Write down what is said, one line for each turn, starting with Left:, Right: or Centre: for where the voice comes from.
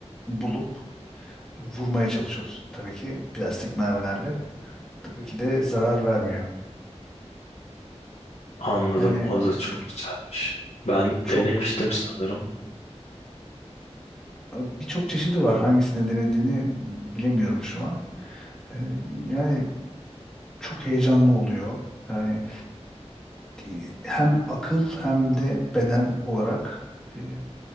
Centre: bulup vurmaya çalışıyoruz. Tabii ki plastik mermilerle tabii ki de zarar vermiyor.
Left: Anladım.
Centre: Yani
Left: O da çok
Centre: bu
Left: güzelmiş. Ben
Centre: çok
Left: denemiştim sanırım.
Centre: birçok çeşidi var. Hangisini denediğini bilemiyorum şu an. E, yani çok heyecanlı oluyor. Yani e, hem akıl hem de beden olarak e,